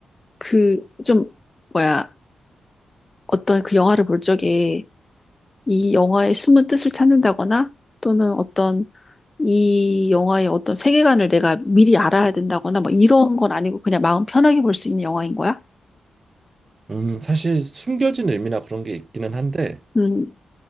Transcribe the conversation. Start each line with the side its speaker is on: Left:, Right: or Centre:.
Left: 그 좀, 뭐야, 어떤 그 영화를 볼 적에 이 영화의 숨은 뜻을 찾는다거나 또는 어떤 이 영화의 어떤 세계관을 내가 미리 알아야 된다거나 뭐 이런 건 아니고 그냥 마음 편하게 볼 수 있는 영화인 거야?
Right: 음, 사실 숨겨진 의미나 그런 게 있기는 한데,
Left: 음,